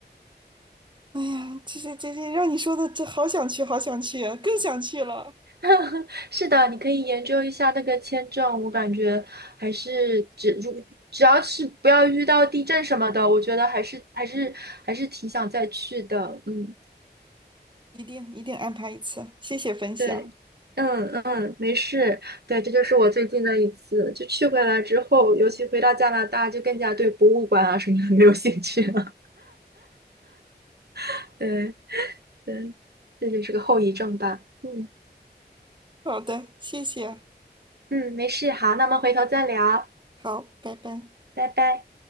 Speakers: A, on the right; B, on the right.
A: 哎呀，这这这这，让你说的这好想去，好想去啊更想去了，
B: <laughs> 是的，你可以研究一下那个签证，我感觉还是只如只要是不要遇到地震什么的，我觉得还是还是还是挺想再去的。嗯。
A: 一定一定安排一次，谢谢分享。
B: 对，嗯嗯，没事。对，这就是我最近的一次，就去回来之后，尤其回到加拿大，就更加对博物馆啊什么的 <laughs> 没有兴趣了。<laughs> 对对，这就是个后遗症吧。嗯
A: 好的，谢谢。
B: 嗯，没事。好，那我们回头再聊，
A: 好，拜拜。
B: 拜拜。